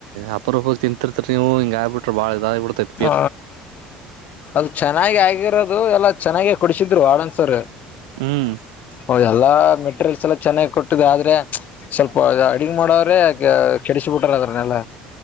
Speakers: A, on the right; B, on the left.
A: ಅಪರೂಪ ತಿಂತಿರ್ರಿ ನೀವು ಹಿಂಗ ಆಗಬ ಬಿರ ಬಾಳ ಇದ ಆಗ್ ಬಿಡ್ತೇತಿ
B: ಹ್ಮ ಅದು ಚೆನ್ನಾಗಿ ಆಗಿರೋದು ಎಲ್ಲ ಚೆನ್ನಾಗ ಕುಡಿಸಿದ್ರು ವಾಡನ್ಸರ್
A: ಹ್ಮ್
B: ಹೌ ಎಲ್ಲಾ ಮೆಟೀರಿಯಲ್ಸ್ ಎಲ್ಲ ಚೆನ್ನಾಗ್ ಕೊಟ್ಟಿದೆ ಆದ್ರೆ ಸ್ವಲ್ಪ ಅಡ್ಗ್ ಮಾಡವ್ರೆ ಕೆಡಿಸ ಬಿಟ್ಟಾರ ಅದ್ರನ್ನೆಲ್ಲ